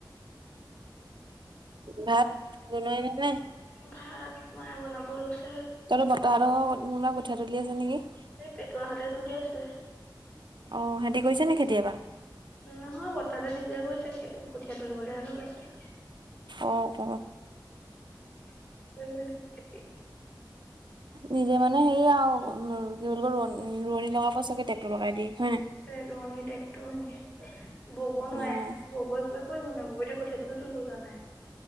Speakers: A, on the right; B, on the left.
A: ভাত বনাই ন নাই
B: ভাত মায়ে বনাব লৈছো
A: তাৰ বতাহ আৰু মা কঠীয়াা তলি আছে নেকি
B: এই পেটুৱ হঁতেত তুলি আছিলে
A: অ সিহতি কৰিছে নে কেেতিয়াবা
B: নহয় বতাহতে নিজে কৰিছে কঠীয়া তুলিবলৈ হেলে লগ আছে
A: অ ক
B: এইব
A: নিজে মানে সেই আৰু উ কি বুলি ক ৰোৱ ৰোৱনী লগাব প চাগে লগাই দি হয় নাই?
B: ৰোৱনী টেকটো এনেকে বব নোৱাৰে
A: অ',
B: ববই ক কৰিব নোৱাৰ ববু এতয়া কঠিয়টোো তোৰ ব যোৱা নাই